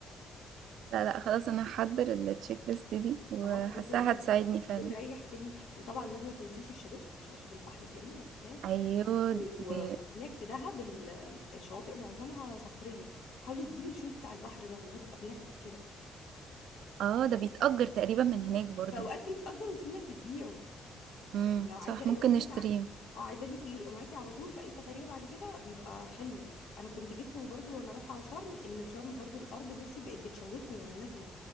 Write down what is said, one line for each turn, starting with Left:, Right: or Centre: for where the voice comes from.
Right: لا لا خلاص انا هحضر التشيك ليست دي وحاساها
Left: اه بجد والله
Right: هتساعدني فعلا
Left: بتريح كده وطبعا لازم ما تنسيش الشباشب شباشب البحر الجميله لازم
Right: ايوه
Left: و-
Right: دي
Left: و- وهناك في دهب ال- الشواطئ معظمها صخريه حاولي تجيبي الشوز بتاع البحر ده اللي هو بيبقى بلاستيك كده
Right: اه ده بيتأجر تقريبا من هناك برضو
Left: في اوقات بيتأجر وفي ناس بتبيعه
Right: امم
Left: لو عايزه
Right: صح ممكن
Left: لو انت
Right: نشتريه
Left: مثلا اه عايزاه ليكي يبقى معاكي على طول في اي سفريه بعد كده بيبقى حلو انا كنت جبته برضو وانا رايحه شرم لان شرم برضو الارض بصي بقت بتشوكني وانا نازله